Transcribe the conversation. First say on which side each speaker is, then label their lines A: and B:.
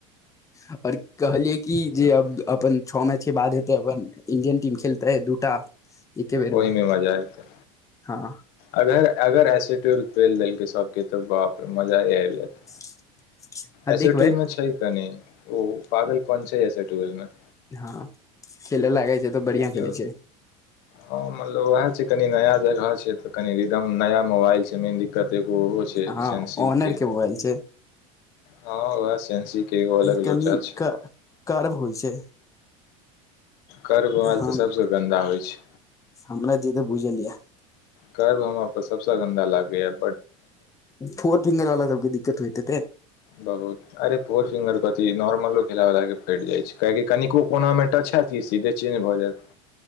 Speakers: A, on the left; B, on the left.
A: आओर कहलियै कि
B: तऽ
A: जे अब अपन छओ मैच के बाद हेतै अपन इंडियन टीम खेलतैै दूटा एके बेर
B: ओहिमे
A: मे
B: मजा एतै
A: हँ
B: अगर अगर ऐसेट पेल देलकै सभके तऽ बाप रे मजाए आब जैत
A: <inaudible>
B: एसेटल
A: देखबै
B: मे छै कनि ओ पागल कोन छै एसेटूल मे
A: हँ खेले लागे छै तऽ बढ़िया
B: देखियौ
A: खेले छै
B: ह मतलब वहै छै कनी नया जगह छै त कनी रिडम नया मोबाइल छै मे कतेकगो ओहो छै
A: हँ
B: सेन्सीके
A: ऑनर के मोबाइल छै
B: हँ वहै सेनसी के एगो अलग
A: कनि
B: लोचा छै
A: कर्व होइ छै
B: कर्ब मोबाइल
A: हम
B: तऽ सबसँ गन्दा होइ छै
A: हमरा जेतै बुझलयै
B: कर्ब हमरा पर सबसे गन्दा लागै यऽ
A: फोर फिंगर वाला सबके दिक्कत होयत हेतै
B: बहुत अरे फोर फिंगर कथी नोर्मलो खेला वला के कैट जाइ छै कनिको कोना मे टच हैत की सीधे चेन्ज भऽ जैत